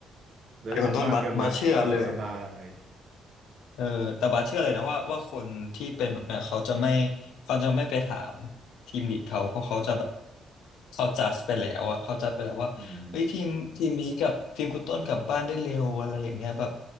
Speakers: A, on the right (about 55°); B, on the left (about 85°).
A: จะได้กลับบ้านกันแบบสบาย
B: แต่คุณต้นบัสบัสเชื่อเลย เออแต่บาสเชื่อเลยนะว่าว่าคนที่เป็นแบบเนี้ยเขาจะไม่เขาจะไม่ไปถามทีมลีดเขาเพราะเขาจะแบบเขาจัดไปแล้วอะเขาจัดไปแล้วว่าเฮ้ยทีมทีมนี้กับทีมคุณต้นกลับบ้านได้เร็วอะไรอย่างเงี้ยแบบ
A: ๆอืม